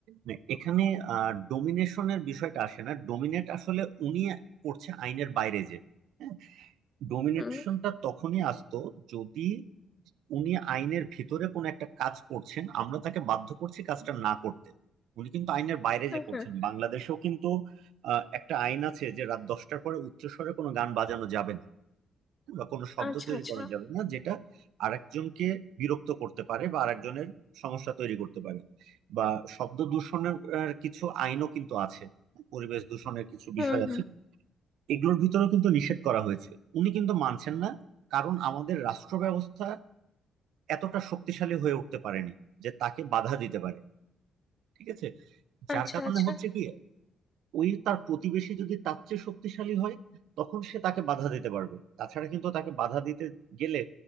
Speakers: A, on the right; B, on the left.
A: না, এখানে ডোমিনেশনের বিষয়টা আসে না ডোমিনেট আসলে উনি করছে আইনের বাইরে যে হ্যাঁ, ডোমিনেশনটা
B: হুম
A: তখনই আসতো যদি উনি আইনের ভিতরে কোন একটা কাজ করছেন আমরা তাকে বাধ্য করছি কাজটা না করতে উনি কিন্তু আইনের বাইরে
B: হুম
A: যে করছেন
B: হুম
A: বাংলাদেশেও কিন্তু আহ, একটা আইন আছে যে রাত দশটার পরে উচ্চস্বরে কোনো গান বাজানো যাবে না বা কোনো শব্দ
B: আচ্ছা
A: তৈরি
B: আচ্ছা
A: করা যাবে না যেটা আরেকজনকে বিরক্ত করতে পারে বা আরেকজনের সমস্যা তৈরি করতে পারে বা শব্দ দূষণের আহ, কিছু আইনও কিন্তু আছে পরিবেশ দূষণের কিছু
B: হুম
A: বিষয় আছে
B: হুম
A: এগুলোর ভিতরেও কিন্তু নিষেধ করা হয়েছে উনি কিন্তু মানছেন না কারণ আমাদের রাষ্ট্র ব্যবস্থা এতটা শক্তিশালী হয়ে উঠতে পারেনি যে তাকে বাধা দিতে পারে ঠিক আছে যার
B: আচ্ছা
A: কারণে
B: আচ্ছা
A: হচ্ছে কি ওই তার প্রতিবেশী যদি তার চেয়ে শক্তিশালী হয় তখন সে তাকে বাধা দিতে পারবে তাছাড়া কিন্তু তাকে বাধা দিতে গেলে